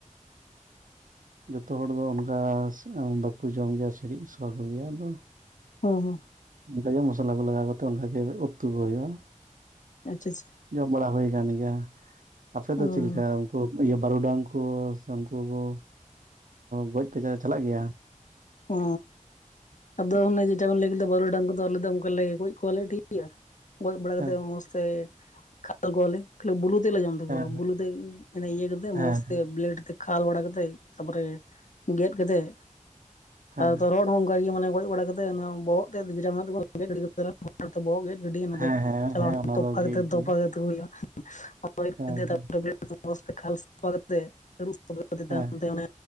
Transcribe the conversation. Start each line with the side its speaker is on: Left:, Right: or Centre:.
Right: ᱡᱚᱛᱚ ᱦᱚᱲ ᱫᱚ ᱚᱱᱠᱟ ᱵᱟᱠᱚ ᱡᱚᱢ ᱜᱮᱭᱟ ᱥᱤᱲᱤᱡ ᱥᱚ ᱠᱚᱜᱮᱭᱟ ᱟᱫᱚ
Left: ᱦᱩᱸ ᱦᱩᱸ।
Right: ᱚᱱᱠᱟᱜᱮ ᱢᱚᱥᱞᱟ ᱠᱚ ᱞᱟᱜᱟᱣ ᱠᱟᱛᱮᱜ ᱚᱱᱠᱟᱜᱮ ᱩᱛᱩ ᱠᱚ ᱦᱩᱭᱩᱜ-ᱟ
Left: ᱟᱪᱪᱷᱟ ᱟᱪᱪᱷᱟ
Right: <inaudible> ᱡᱚᱢ ᱵᱟᱲᱟ ᱦᱩᱭ ᱟᱠᱟᱱ ᱜᱮᱭᱟ। ᱟᱯᱮ ᱫᱚ
Left: ᱚᱸ
Right: ᱪᱮᱫ ᱞᱮᱠᱟ ᱩᱱᱠᱩ ᱤᱭᱟᱹ᱾ ᱵᱟᱹᱨᱩᱰᱟᱝ ᱠᱚ ᱥᱮ ᱩᱱᱠᱩ ᱠᱚ ᱜᱚᱡ ᱯᱮ ᱪᱟᱞᱟᱜ ᱜᱮᱭᱟ?
Left: ᱚ ᱟᱫᱚ ᱚᱱᱮ ᱡᱮᱴᱟ ᱵᱮᱱ ᱞᱟᱹᱭ ᱠᱮᱫᱟ ᱵᱟᱹᱨᱩ ᱰᱟᱝ ᱠᱚᱫᱚ ᱟᱞᱮ ᱫᱚ ᱚᱱᱠᱟᱞᱮ ᱜᱚᱡ ᱠᱚᱣᱟᱞᱮ ᱠᱤ ᱤᱭᱟ ᱜᱚᱡ ᱵᱟᱲᱟ
Right: ᱦᱮᱸ
Left: ᱠᱟᱛᱮ ᱢᱚᱸᱡᱽ ᱛᱮ ᱠᱷᱟᱞ ᱠᱚᱣᱟᱞᱮ ᱠᱷᱟᱹᱞᱤ ᱵᱩᱞᱩ ᱛᱮᱞᱮ ᱡᱚᱢ
Right: ᱦᱮᱸ
Left: ᱵᱩᱞᱩ ᱛᱮ ᱮᱱᱮ ᱤᱭᱟᱹ ᱠᱟᱛᱮᱜ
Right: ᱦᱮᱸ
Left: ᱢᱚᱸᱡᱽ ᱛᱮ ᱵᱮᱞᱮᱰ ᱛᱮ ᱠᱷᱟᱞ ᱵᱟᱲᱟ ᱠᱟᱛᱮ ᱛᱟᱨ ᱯᱚᱨᱮ ᱜᱮᱫ ᱠᱟᱛᱮᱫ
Right: ᱦᱮᱸ
Left: ᱟᱫᱚ ᱛᱚᱨᱦᱚᱸᱫ ᱚᱱᱠᱟᱜ ᱜᱮ ᱢᱟᱱᱮ ᱜᱚᱡ ᱵᱟᱲᱟ ᱠᱟᱛᱮᱫ ᱵᱚᱦᱚᱜ ᱛᱮ ᱡᱮᱴᱟ ᱢᱮᱱᱟᱜ ᱛᱟᱠᱚᱣᱟ ᱜᱮᱛ ᱜᱤᱲᱤ ᱵᱚᱦᱚᱜ ᱜᱮᱫ ᱜᱮᱹᱰᱤ ᱚᱱᱟ
Right: ᱦᱮᱸ
Left: ᱫᱚ
Right: ᱦᱮᱸ
Left: ᱪᱟᱞᱟᱣ
Right: ᱦᱮᱸ ᱚᱱᱟ
Left: ᱛᱚᱯᱟ
Right: ᱫᱚ ᱜᱮ
Left: ᱠᱟᱛᱮ
Right: ᱜᱤᱰᱤ
Left: ᱛᱚᱯᱟ ᱠᱟᱛᱮ ᱠᱚ ᱦᱩᱭᱩᱜ-ᱟ।
Right: ᱦᱮᱸ ᱦᱮᱸ
Left: <unintelligible> ᱠᱷᱟᱞ ᱥᱟᱯᱷᱟ ᱠᱟᱛᱮ ᱟᱹᱨᱩᱯ ᱯᱚᱨᱮ
Right: ᱦᱮᱸ
Left: ᱛᱟᱭᱚᱢ ᱛᱮ ᱚᱱᱮ